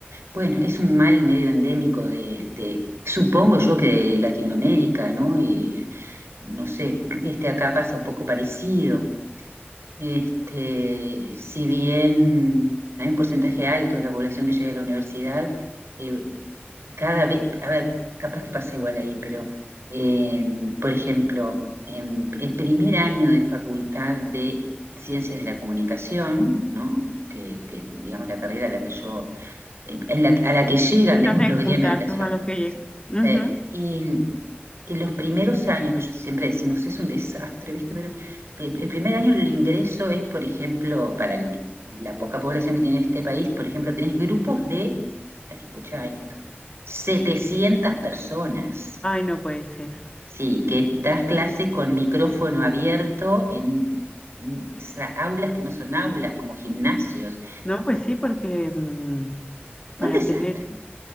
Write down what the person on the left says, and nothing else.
Estás
en
contacto
a los que lleguen. Ujú.
Ay, no puede ser.
No, pues sí, porque mm, para
tener